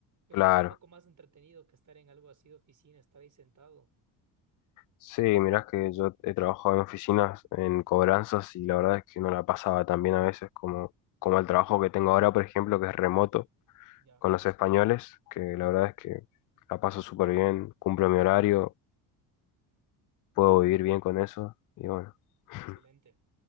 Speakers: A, on the right; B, on the left.
A: me
B: Claro,
A: parece un poco más entretenido que estar en algo así de oficina, estar ahí sentado,
B: sí, mirás que yo he trabajado en oficinas, en cobranzas y la verdad es que no la pasaba tan bien a veces como, como el trabajo que tengo ahora, por ejemplo, que es remoto
A: ya,
B: con los españoles, que la verdad es que la paso súper bien, cumplo mi horario, puedo vivir bien con eso y bueno. <laughs>
A: excelente,